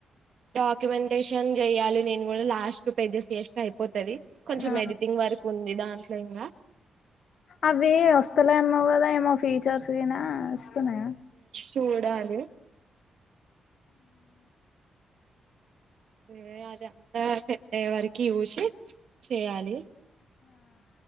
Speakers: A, on the right (about 55°); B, on the left (about 50°).
A: డాక్యుమెంటేషన్ చెయాలి నేను కూడా లాస్ట్ అడ్జస్ట్ చేస్తే అయిపోతుంది కొంచం
B: ఆ
A: ఎడిటింగ్ వర్క్ ఉంది దాంట్లో ఇంకా
B: అవి వస్తలే అన్నావు కదా ఏమో ఫీచర్స్ నా వస్తున్నాయా
A: చూడాలి అే అద అంతా చెప్పే వరకి కి చూసి చేయాలి